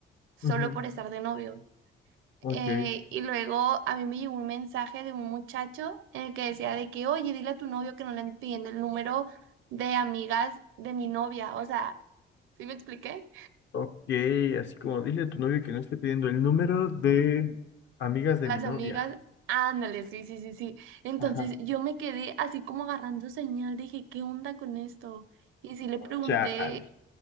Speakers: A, on the right (about 80°); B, on the left (about 65°).
A: solo
B: ujú.
A: por estar de novio.
B: Ok.
A: Eh, y luego a mí me llegó un mensaje de un muchacho en el que decía de que, oye, dile a tu novio que no le anden pidiendo el número de amigas de mi novia, o sea, ¿sí me expliqué?
B: Ok, así como dile a tu novio que no esté pidiendo el número de amigas de
A: Las
B: mi novia.
A: amigas, ándale, sí, sí, sí, sí. Entonces
B: Ajá.
A: yo me quedé así como agarrando señal, dije, ¿qué onda con esto? Y sí le pregunté,
B: Chale.